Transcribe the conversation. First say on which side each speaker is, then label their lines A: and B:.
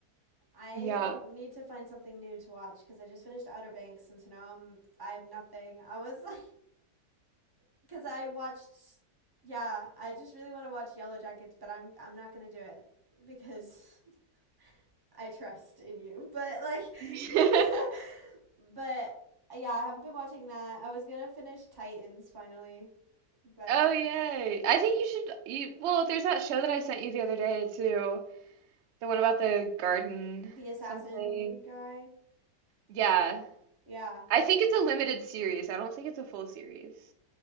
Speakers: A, on the right; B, on the right.
A: I
B: Yeah.
A: need to find something new to watch because I just finished Outer Banks and so now I'm I have nothing. I was like because I watched. Yeah, I just really want to watch Yellow Jackets, but I'm I'm not gonna do it because <laughs> I trust in you. But like,
B: <laughs>
A: <laughs> but yeah, I haven't been watching that. I was gonna finish Titans finally, but
B: Oh, yay. I think you should, you, well, there's that show that I sent you the other day too, the one about the garden
A: the assassin
B: something.
A: guy.
B: Yeah.
A: Yeah.
B: I think it's a limited series. I don't think it's a full series.